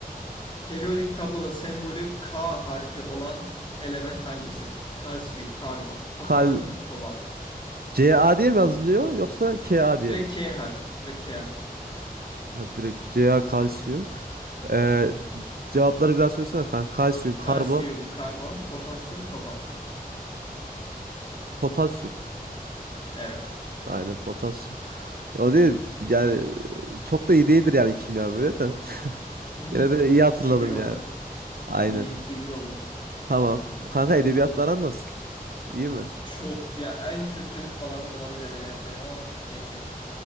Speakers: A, on the left; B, on the right.
A: Periyodik tabloda sembolü K harfi olan element hangisi? Kalsiyum, karbon, potasyum,
B: Kal
A: kobalt.
B: CA diye mi yazılıyor yoksa KA diye
A: Direkt
B: mi?
A: K harfi. Direkt K harfi.
B: Hadi direkt CA kalsiyum. Ee, cevapları bir daha söylesene kanka. Kalsiyum,
A: Kalsiyum,
B: karbon,
A: karbon, potasyum, kobalt.
B: potasyum.
A: Evet.
B: Aynen
A: Doğru.
B: potasyum. O değil yani çok da iyi değildir yani kimya böyle de. <laughs>
A: Hı,
B: Yine de iyi hatırladım
A: 1-1 oldu.
B: yani. Aynen.
A: İyi. 1-1 oldu.
B: Tamam. Kanka edebiyatlar nasıl? İyi mi?
A: Çok. Ya en kötü alanım olabilir edebiyat benim ama deneyelim.